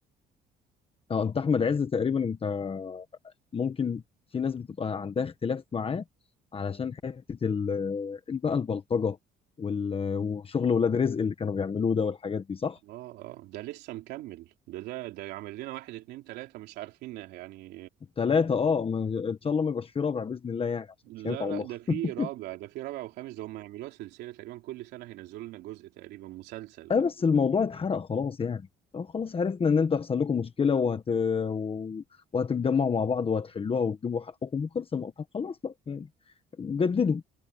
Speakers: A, on the left; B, on the right.
A: اه انت احمد عز تقريبا انت ممكن في ناس بتبقى عندها اختلاف معاه علشان حتة ال- ال- بقى البلطجة وال- وشغل ولاد رزق اللي كانوا بيعملوه ده والحاجات دي صح؟
B: اه اه ده لسه مكمل ده ده ده عامل لنا واحد اتنين تلاتة مش عارفين يعني
A: ثلاثة اه ما- ان شاء الله ما يبقاش في رابع بإذن الله يعني عشان
B: لا
A: مش هينفع
B: لا
A: والله
B: ده في
A: <laughs>
B: رابع ده في رابع وخامس ده هم هيعملوها سلسلة تقريبا كل سنة هينزلوا لنا جزء تقريبا مسلسل بقى
A: اه بس الموضوع اتحرق خلاص يعني اه خلاص عرفنا ان انتوا هيحصل لكم مشكلة وهت... و- وهتتجمعوا مع بعض وهتحلوها وتجيبوا حقكم وخلص الموضوع طب خلاص بقى يعني جددوا